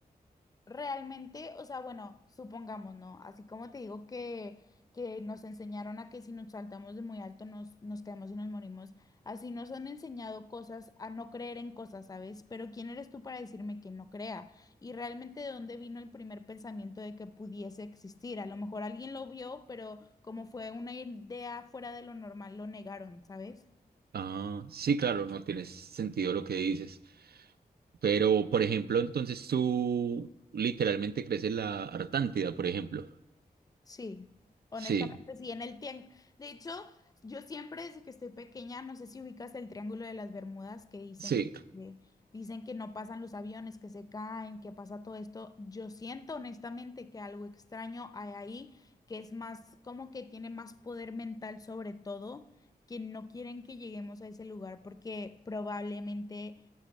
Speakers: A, on the left; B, on the right.
A: Realmente, o sea, bueno, supongamos, ¿no? Así como te digo que, que nos enseñaron a que si nos saltamos de muy alto nos, nos caemos y nos morimos, así nos han enseñado cosas a no creer en cosas, ¿sabes? Pero ¿quién eres tú para decirme que no crea? Y realmente de dónde vino el primer pensamiento de que pudiese existir. A lo mejor alguien lo vio, pero como fue una idea fuera de lo normal, lo negaron, ¿sabes?
B: Ah, sí, claro, no tienes sentido lo que dices. Pero, por ejemplo, entonces tú literalmente crees en la Artántida, por ejemplo.
A: Sí, honestamente
B: Sí,
A: sí, en el tiempo. De hecho, yo siempre desde que estoy pequeña, no sé si ubicas el Triángulo de las Bermudas que dicen
B: sí.
A: que, dicen que no pasan los aviones, que se caen, que pasa todo esto. Yo siento honestamente que algo extraño hay ahí, que es más como que tiene más poder mental sobre todo, que no quieren que lleguemos a ese lugar porque probablemente